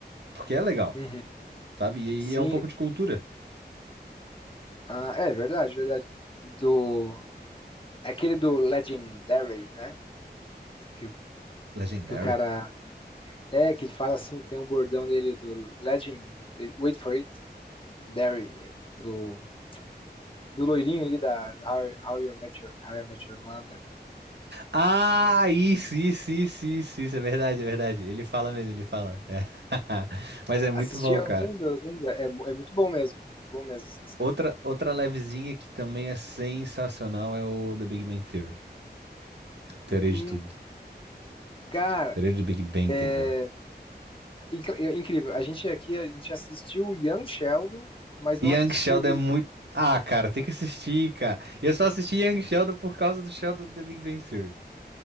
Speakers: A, on the right (about 75°); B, on the left (about 30°).
A: Porque é legal,
B: Uhum.
A: sabe? E,
B: Sim,
A: e é um pouco de cultura.
B: ah, é verdade, verdade. Do. é Aquele do Legendary, né? Que, o-
A: Legendary.
B: que o cara. É, que ele fala assim, tem um bordão dele do Legend. Wait for it, Dairy. Do, do loirinho ali da How, How, You Met Your, How You Met Your Mother.
A: Ah, isso, isso, isso, isso, isso, é verdade, é verdade. Ele fala mesmo, ele fala. É. <laughs> Mas é muito
B: Assisti
A: bom,
B: alguns,
A: cara.
B: alguns é, é muito bom mesmo, muito bom mesmo essa série.
A: Outra, outra levezinha que também é sensacional é o The Big Bang Theory. Teoria
B: Hum,
A: de tudo.
B: cara,
A: Teoria de Big Bang,
B: é,
A: quer dizer, né?
B: inc- é incrível. A gente aqui, a gente assistiu Young Sheldon, mas
A: Young
B: não assistiu
A: Sheldon
B: de,
A: é muito. Ah, cara, tem que assistir, cara. Eu só assisti Young Sheldon por causa do Sheldon do The Big Bang Theory.